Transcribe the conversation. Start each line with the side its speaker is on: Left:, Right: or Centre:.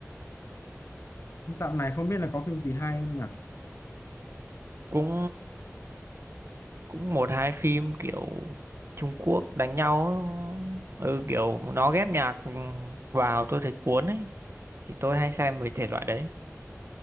Left: Dạo này không biết là có phim gì hay không nhỉ?
Right: Cũng cũng một hai phim kiểu Trung Quốc đánh nhau ừ kiểu nó ghép nhạc ừ, vào tôi thấy cuốn ấy thì tôi hay xem mấy thể loại đấy